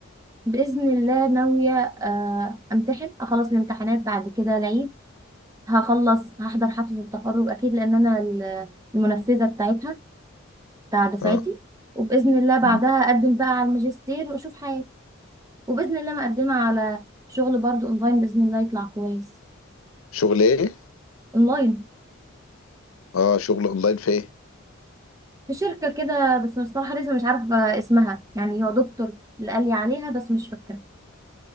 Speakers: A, on the right; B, on the left.
A: باذن الله ناويه آه، امتحن اخلص الامتحانات بعد كده العيد هخلص هحضر حفله التخرج اكيد لان انا ال- المنفذه بتاعتها بتاع دفعتي
B: اه
A: وباذن الله بعدها
B: مم.
A: اقدم بقى على الماجستير واشوف حياتي وباذن الله مقدمه على شغل برضو اونلاين باذن الله يطلع كويس
B: شغل ايه
A: اونلاين
B: اه شغل اونلاين في ايه
A: في شركة كده بس مش صراحة لسه مش عارفة اسمها يعني هو دكتور اللي قال لي عليها بس مش فاكرة